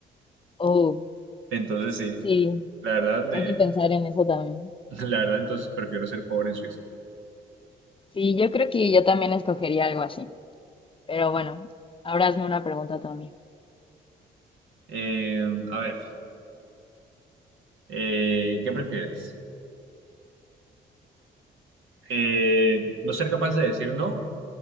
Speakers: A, on the left; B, on the right.
A: o-
B: Entonces sí,
A: sí,
B: la verdad, me-
A: hay que pensar en eso también.
B: <laughs> la verdad entonces prefiero ser pobre en Suiza.
A: Sí, yo creo que yo también escogería algo así. Pero bueno, ahora hazme una pregunta también.
B: Eh, a ver, eh, ¿qué prefieres? Eh, ¿no ser capaz de decir no